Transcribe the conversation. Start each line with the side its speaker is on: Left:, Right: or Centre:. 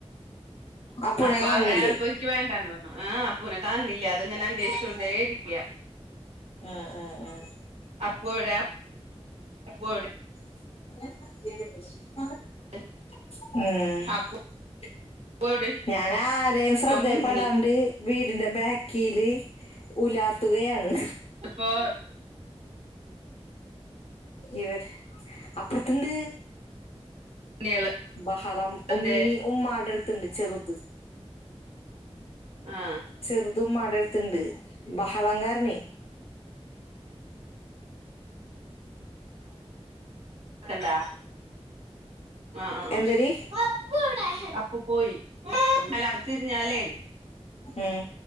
Left: അപ്പുനെ
Right: അപ്പൊ
Left: കാണില്ലേ
Right: പ്പ എനിക്ക് വേണ്ടന്ന് പറ ആഹ അപ്പൂനെ കാണുന്നില്ല അത്ങ്ങനെ അന്വേഷ കൊണ്ട എഴിക്കയാ
Left: ആ ഉ ഉഹ
Right: അപ്പു എവിടെ എവർഡ്
Left: വ <unintelligible>
Right: <unintelligible>
Left: ഉം
Right: അപ്പു എവിടേക്കോ
Left: ഞാൻ ആരെയും ശ്രദ്ധയപ്പെടാണ്ട്
Right: മുങ്ങി
Left: വീടിന്റെ ബാക്കിൽ ഉലാത്തുകയാണ്
Right: ഇപ്പൊ
Left: ഇവര് അപ്പറത്ത്ണ്ട്
Right: ഉണ്ണിയേള്
Left: ബഹളം ഉണ്ണി
Right: എന്തേ
Left: ഉമ്മാടെടുത്തണ്ട് ചെറുത്
Right: ആഹ്
Left: ചെറുതും ഉമ്മാടടുത്തിണ്ട് ബഹളം കാരണേ
Right: ക്കണ്ടാ ആഹ
Left: എന്തരി
Right: ആ അപ്പു പോയി അല തിരിഞ്ഞാലേ
Left: ഉം